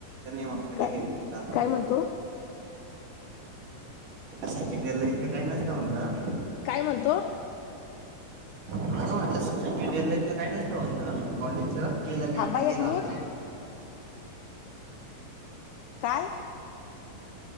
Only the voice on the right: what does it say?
नाही मंग बटाक
<unintelligible> सेकंड इयर लायी- काही नसत म्हणलं,
''आता वाटलं सेकंड इयर इतकं काय नसतं म्हणलं, कॉलेजच केलं
काय नाही
केलं,
असं नाही का, ''